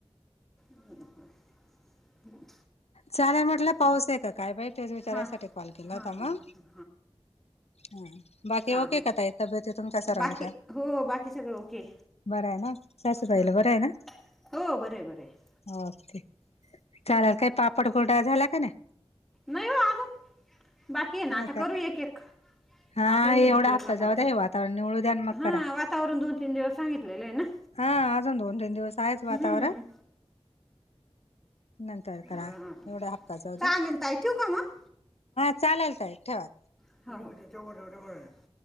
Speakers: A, in the centre; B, on the left (about 85°).
A: हो का? हो.
B: चालेल म्हटलं, पाऊस हाय का काय बाई? तेच विचारासाठी
A: हां
B: कॉल केला
A: हां
B: होता
A: हां
B: मग.
A: हां हां
B: हा. बाकी
A: चालेल
B: ओके का ताई तब्येती तुमच्या सर्वांच्या?
A: बाकी हो, बाकी सगळं ओके.
B: बरं हाय ना? सासूबाईला
A: हां हां
B: बरं हाय ना?
A: हो बरं आहे बरं आहे
B: ओके, चालेल काही पापड क्या झाल्या का नाय?
A: नाही हो अजून, बाकी ये ना
B: नाही
A: आता
B: का
A: करू एक- एक.
B: हा
A: आपलं ही
B: एवढा
A: मिटलं
B: हप्ता
A: का म,
B: जाऊ द्या हे वातावरण निवळू द्या आणि मग
A: हा
B: करा
A: वातावरण दोन, तीन दिवस सांगितलेलं ये ना.
B: हा अजून दोन, तीन दिवस आहेच वातावरण
A: हम्म.
B: नंतर
A: बरं.
B: करा एवढ्या हप्ता जाऊदे.
A: चालेल ताई ठेवू का मग?
B: चालेल ताई ठेवा.
A: <inaudible>